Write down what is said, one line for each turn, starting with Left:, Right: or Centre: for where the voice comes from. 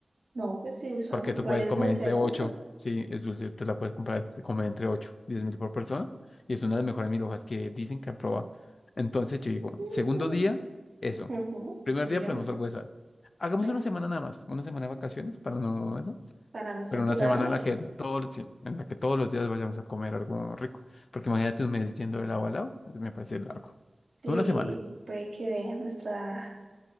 Right: no, pues sí, son
Left: Porque
Right: iguales
Left: tú puedes comer
Right: dulce,
Left: entre
Right: ¿no?
Left: ocho Sí, es dulce. Te la puedes comprar, comer entre 8 diez mil por persona. Y es una de las mejores milhojas que dicen que han probado. Entonces yo digo,
Right: Ujú.
Left: segundo día, eso.
Right: Ujú.
Left: Primer
Right: Podríamos,
Left: día ponemos algo de sal. Hagamos
Right: bueno,
Left: una semana nada más, una semana de vacaciones para no, eso.
Right: para no saturarnos.
Left: Pero una semana en la que todos, sí, en la que todos los días vayamos a comer algo rico. Porque imagínate un mes yendo de lado a lado, eso me parece largo.
Right: Sí,
Left: Tú Una semana.
Right: puede que vea nuestra